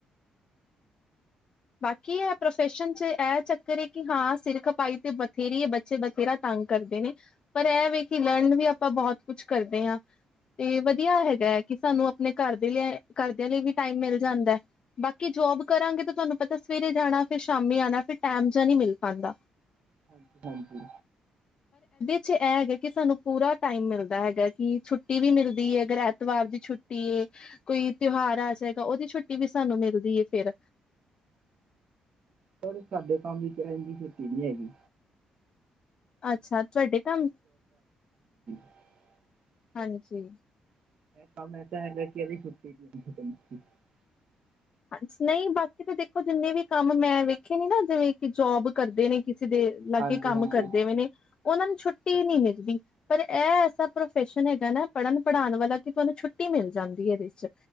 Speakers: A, on the left; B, on the right.
A: ਬਾਕੀ ਇਹ ਪ੍ਰੋਫੈਸ਼ਨ ਚ ਇਹ ਚੱਕਰ ਹੈ ਕਿ ਹਾਂ ਸਿਰ ਖਪਾਈ ਤੇ ਬਥੇਰੀ ਹੈ ਬੱਚੇ ਬਥੇਰਾ ਤੰਗ ਕਰਦੇ ਨੇ ਪਰ ਇਹ ਵੀ ਕਿ ਲਰਨ ਵੀ ਆਪਾਂ ਬਹੁਤ ਕੁਛ ਕਰਦੇ ਆ। ਏ ਵਧੀਆ ਹੈਗਾ ਹੈ ਕਿ ਸਾਨੂੰ ਆਪਨੇ ਕਰਦੀਆ ਕਰਦਿਆਂ ਲਈ ਵੀ ਟਾਈਮ ਮਿਲ ਜਾਂਦਾ। ਬਾਕੀ ਜੋਬ ਕਰਾਂਗੇ ਤਾਂ ਤੁਹਾਨੂੰ ਪਤ ਸਵੇਰੇ ਜਾਣਾ ਫਿਰ ਸ਼ਾਮੀ ਆਨਾ ਫਿਰ ਟੈਮ ਜਾ ਨੀ ਮਿਲ ਪਾਦਾ।
B: ਹਾਂਜੀ
A: ਚੋ ਇਹ ਹੈਗਾ ਕਿ ਸਾਨੂੰ ਪੂਰਾ ਟਾਈਮ ਮਿਲਦਾ ਹੈਗਾ ਕਿ ਛੁੱਟੀ ਵੀ ਮਿਲਦੀ ਹੈ ਅਗਰ ਐਤਵਾਰ ਦੀ ਛੁੱਟੀ ਏ। ਕੋਈ ਤਿਉਹਾਰ ਆ ਸਕਦਾ ਉਹਦੀ ਛੁੱਟੀ ਛੁੱਟੀ ਵੀ ਸਾਨੂੰ ਮਿਲਦੀ ਈ ਫਿਰ
B: ਪਰ ਸਾਡੇ ਕੰਮ ਵੀ ਤਾ ਹੈਗੀ ਤੀ ਨੀ ਹੈਗੀ।
A: ਅੱਛਾ ਤੁਹਾਡੇ ਕੰਮ
B: <inaudible>
A: ਹਾਂਜੀ।
B: <inaudible>
A: ਹਾਂਜੀ, ਨਹੀਂ ਬਾਕੀ ਤਾਂ ਦੇਖੋ ਜਿੰਨੇ ਵੀ ਕੰਮ ਮੈਂ ਵੇਖੇ ਨ ਨਾ ਜਿਵੇਂ ਕਿ ਜੋਬ ਕਰਦੇ ਨੇ। ਕਿਸੇ ਦੇ ਲਾਗੇ
B: ਹੁੰਦੀ
A: ਕੰਮ
B: ਹਾਂਜੀ ਹਾਂਜੀ
A: ਕਰਦੇ ਪਏ ਨੇ ਉਹਨਾਂ ਨੂੰ ਛੁੱਟੀ ਨੀ ਮਿਲਦੀ ਪਰ ਇਹ ਐਸਾ ਪ੍ਰੋਫੈਸ਼ਨ ਹੈਗਾ ਨਾ ਪੜ੍ਹਨ ਪੜ੍ਹਾਉਣ ਵਾਲਾ ਕਿ ਤੁਹਾਨੂੰ ਛੁੱਟੀ ਮਿਲ ਜਾਂਦੀ ਇਹਦੇ ਵਿੱਚ।